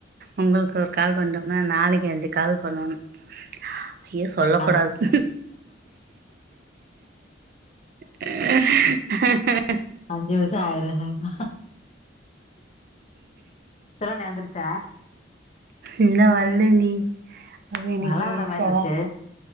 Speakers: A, on the right; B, on the left.
A: உங்களுக்கு ஒரு கால் பண்றம் ஆ நாளைக்கு அஞ்சு கால் பண்ணணு ஐயோ சொல்ல
B: அத
A: கூடாது <unintelligible>
B: அஞ்சுவருசம் ஆயிருனா இப்ப தான எந்துருச்ச
A: இன்னு வரலண்ணி அது இன்னிக்கு
B: மழ வர மாரி
A: செவ்வா
B: இருக்கு